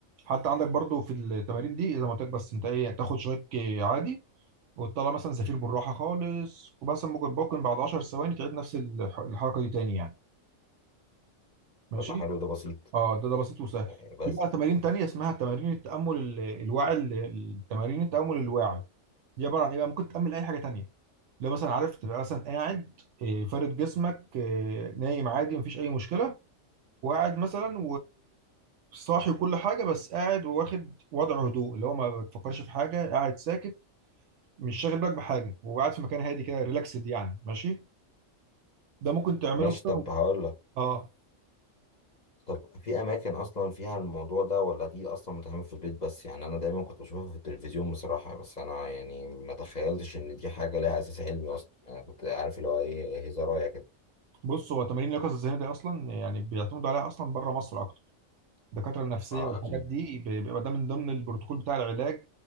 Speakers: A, on the right (about 70°); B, on the left (about 40°).
A: حتى عندك برضو في التمارين دي اذا ما قلت لك بس انت ايه تاخد شويك عادي وتطلع مثلا زفير بالراحه خالص وبس ممكن ممكن بعد 10 ثواني تعيد نفس الح- الحركه دي تاني يعني ماشي
B: طب ما حلو ده بسيط
A: اه ده ده بسيط وسهل
B: يعني بس
A: في بقى تمارين تانية اسمها تمارين التامل ال- الواعي ال- التمارين التامل الواعي دي عباره عن ايه بقى ممكن تعمل اي حاجه تانية لو مثلا عارف تبقى مثلا قاعد آه، فارد جسمك آه، نايم عادي مفيش اي مشكله وقاعد مثلا وصاحي وكل حاجه بس قاعد وواخد وضع هدوء اللي هو ما بتفكرش في حاجه قاعد ساكت مش شاغل بالك بحاجه وقاعد في مكان هادي كده ريلاكسد يعني ماشي ده ممكن تعمله
B: ماشي
A: مثلا
B: طب هقول لك
A: اه
B: طب في اماكن اصلا فيها الموضوع ده ولا دي اصلا بتعمل في البيت بس يعني انا دايما كنت بشوفها في التلفزيون بصراحة بس انا يعني ما تخيلتش ان دي حاجة لها اساس علمي اصلا يعني انا كنت عارف اللي هو ايه هزارايه كده
A: بص هو تمارين اليقظه الذهنيه دي اصلا يعني بيعتمدوا عليها اصلا بره مصر الدكاتره النفسيه
B: اه
A: والحاجات
B: اكيد
A: دي بيبقى ده من ضمن البروتوكول بتاع العلاج